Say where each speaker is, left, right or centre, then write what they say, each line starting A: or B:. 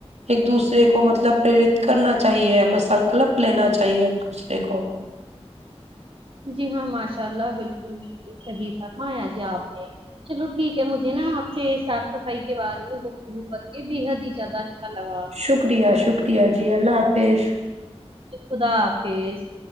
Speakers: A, on the right; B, on the right.
A: ایک دوسرے کو مطلب پیرت کرنا چاہیے ہمیں سنکلپ لینا چاہیے ایک دوسرے کو
B: جی ہاں ماشاء اللہ بالکل بالکل صحیح فرمایا جی آپ نے چلو ٹھیک ہے مجھے ج نا آپ سے صاف صفائی کے بارے میں گفتگو کرکے بیحد ھی زیادہ اچھا لگا مجھے
A: شکریہ شکریہ جی اللہ حافظ
B: خدا حافظ